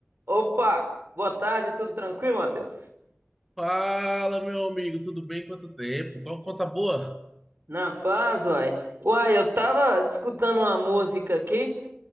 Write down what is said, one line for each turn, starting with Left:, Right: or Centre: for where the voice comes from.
Right: Opa, boa tarde, tudo tranquilo, Matheus?
Centre: Fala, meu amigo, tudo bem? Quanto tempo? Qual conta boa?
Right: Na paz, uai. Uai, eu tava escutando uma música aqui,